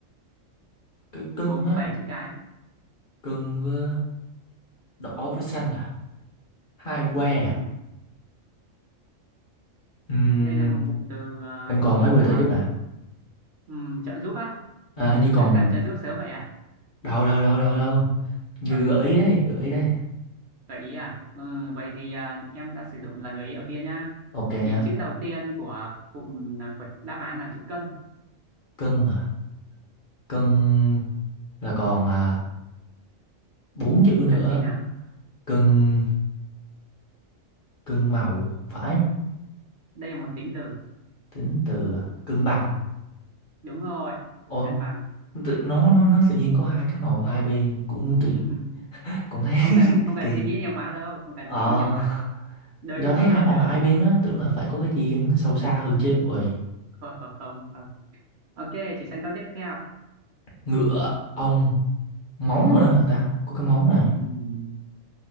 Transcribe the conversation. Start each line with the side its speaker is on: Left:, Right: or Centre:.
Left: cái cưng
Right: Gồm
Left: á
Right: có 7 chữ cái.
Left: cưng với đỏ với xanh à hai que
Right: Ừm,
Left: à Ừm,
Right: Đây là một cụm từ à,
Left: em còn
Right: chỉ
Left: mấy quyền
Right: à,
Left: trợ giúp hả
Right: ừm, trợ giúp á.
Left: à hình như còn
Right: Đã cần trợ giúp sớm vậy à?
Left: đâu đâu đâu đâu đâu như
Right: Ờ,
Left: gợi ý đây gợi ý đây
Right: gợi ý à? Ừ, vậy thì à, em đã sử dụng lần gợi ý đầu tiên nhá.
Left: ok nha
Right: Thì chữ đầu tiên của cụm à, của đáp án là chữ cân.
Left: cưng à cưng là còn à, bốn chữ nữa
Right: Cân gì nào?
Left: cưng cưng màu không phải
Right: Đây là một tính từ.
Left: tính từ cân bằng
Right: Đúng rồi,
Left: ô
Right: cân bằng.
Left: tự- nó nó nó tự nhiên có hai cái màu hai bên cũng
Right: <laughs>
Left: tự cũng thấy
Right: Không cần
Left: <laughs> kỳ
Right: không cần
Left: kỳ
Right: suy nghĩ nhiều quá đâu, không cần
Left: ờ
Right: suy nghĩ nhiều quá đâu. Đôi
Left: do
Right: lúc
Left: thấy
Right: nó
Left: hai
Right: làm
Left: màu
Right: lừa
Left: hai
Right: mình
Left: bên
Right: đó.
Left: á tưởng là phải có cái gì sâu xa hơn chứ ui
Right: Không, không, không. Ok, chuyển sang câu tiếp theo.
Left: ngựa ong móng nữa hả ta có cái móng này
Right: Ừm,